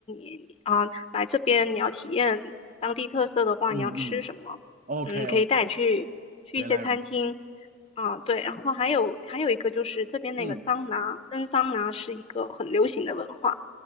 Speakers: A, on the left; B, on the right.
A: 你啊，来这边你要体验当地特色的话，
B: 嗯嗯
A: 你要吃什么，
B: ，OK
A: 嗯，可以带你去去一些餐厅
B: OK，原来如此。
A: 啊，对，然后还有还有一个就是这边那个桑拿，
B: 嗯，
A: 蒸桑拿是一个很流行的文化，